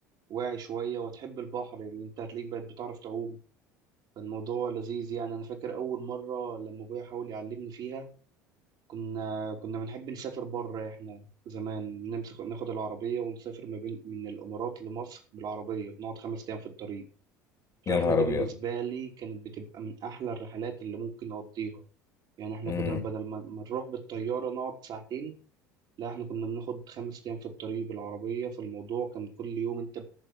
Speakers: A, on the right; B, on the left.
A: واعي شويه وتحب البحر اللي انت هتلاقيك بقت بتعرف تعوم فالموضوع لذيذ يعني انا فاكر اول مره لما ابويا حاول يعلمني فيها كنا كنا بنحب نسافر بره احنا زمان نمسك ناخد العربية ونسافر ما بين من الإمارات لمصر بالعربية بنقعد خمس أيام في الطريق
B: يا
A: الرحلة
B: نهار
A: دي
B: ابيض
A: بالنسبة لي كانت بتبقى من أحلى الرحلات اللي ممكن أقضيها يعني احنا
B: امم
A: كنا بدل ما ما نروح بالطيارة نقعد ساعتين لا احنا كنا بناخد خمس أيام في الطريق بالعربية فالموضوع كان كل يوم انت